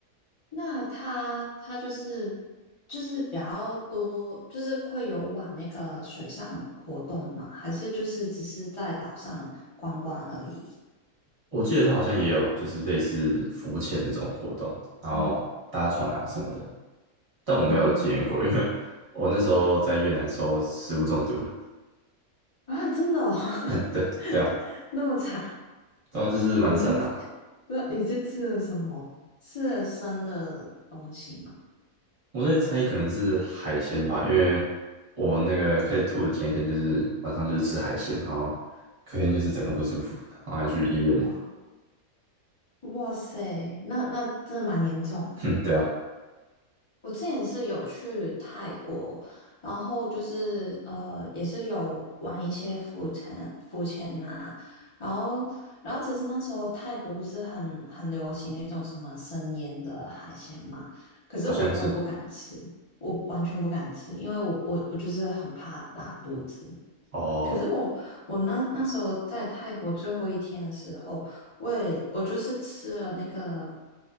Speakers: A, on the left (about 30°); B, on the right (about 25°).
A: 那它它就是就是比较多，就是会有往那个水上活动嘛？还是就是只是在岛上观光而已？
B: 我记得它好像也有就是类似浮潜那种活动，然后搭船啊什么的，
A: 嗯
B: 但我没有体验过，
A: 嗯，
B: 因为我那时候在越南的时候食物中毒了。
A: 啊，真的哦，<laughs>
B: <laughs> 对对啊，
A: 那么惨。
B: 对啊，就是蛮惨的啊
A: 你是吃对，你是吃了什么？吃了生的东西吗？
B: 我在猜可能是海鲜吧，因为我那个开始吐的前一天就是晚上就是吃海鲜，然后隔天就是整个不舒服，然后还去医院呢。
A: 哇哇塞，那那真的蛮严重的欸
B: <laughs> 哼，对啊，
A: 我之前是有去泰国，然后就是呃，也是有玩一些浮沉浮潜呐、然后然后只是那时候泰国不是很很流行那种什么生腌的海鲜嘛，可是我我也不敢吃，
B: 好像是
A: 我完全不敢吃，因为我我我就是很怕拉肚子。
B: 哦，
A: 可是我我那那时候在泰国最后一天的时候，我也我就是吃了那个